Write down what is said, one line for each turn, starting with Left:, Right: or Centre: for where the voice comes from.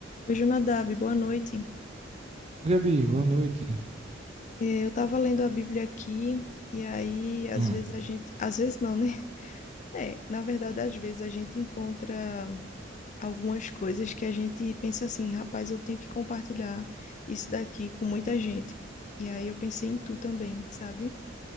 Left: Oi, Jonadab, boa noite.
Right: Gabi, boa noite.
Left: Eh, Eu estava lendo a Bíblia aqui, e aí, às
Right: Hum.
Left: vezes a gente. Às vezes não, né? <laughs> É, na verdade, às vezes a gente encontra algumas coisas que a gente pensa assim, rapaz, eu tenho que compartilhar isso daqui com muita gente. E aí eu pensei em tu também, sabe?